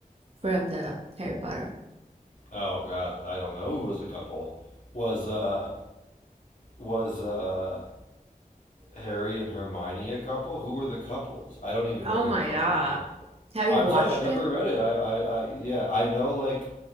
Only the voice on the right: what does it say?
from the Harry Potter?
Oh
my
God.
Have
you watched
it?